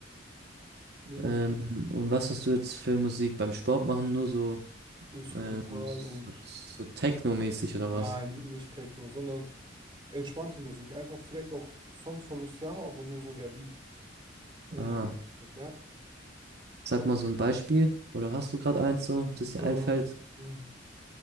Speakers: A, on the right; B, on the right.
A: Wie machst
B: Ähm,
A: du?
B: und was hast du jetzt für Musik beim Sport machen? Nur so,
A: Ja. Instrumental
B: ähm, so,
A: und
B: so Techno-mäßig oder
A: nein,
B: was?
A: nicht Techno, sondern entspannte Musik. Einfach vielleicht auch Songs von Luciano, aber nur so der Beat. Ohne,
B: Ah.
A: ja.
B: Sag mal so ein Beispiel, oder hast du gerade eins so, das dir
A: Mhm.
B: einfällt,
A: Ähm,